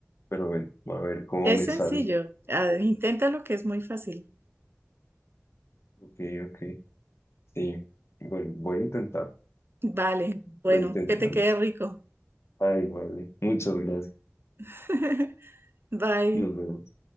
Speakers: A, on the left (about 65°); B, on the right (about 55°).
A: pero bueno, a ver cómo
B: Es
A: me
B: sencillo.
A: sale.
B: Ah, Inténtalo que es muy fácil.
A: Ok, ok, sí. Bueno, voy a intentar,
B: Vale. Bueno,
A: voy a intentarlo.
B: que te quede rico.
A: Ay, vale, muchas gracias.
B: <laughs> Bye.
A: Nos vemos.